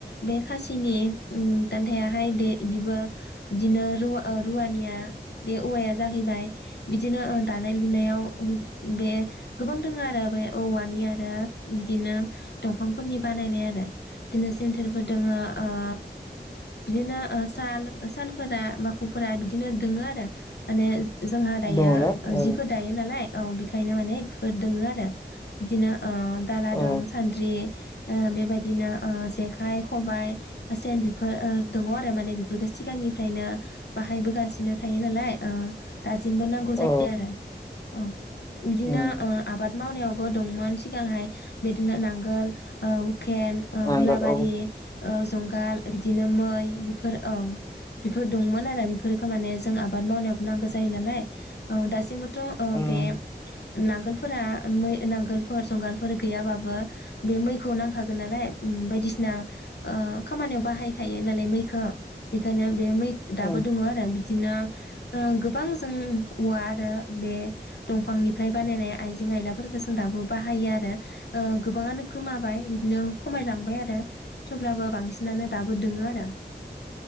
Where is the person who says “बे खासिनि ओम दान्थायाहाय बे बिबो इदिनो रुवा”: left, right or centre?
Left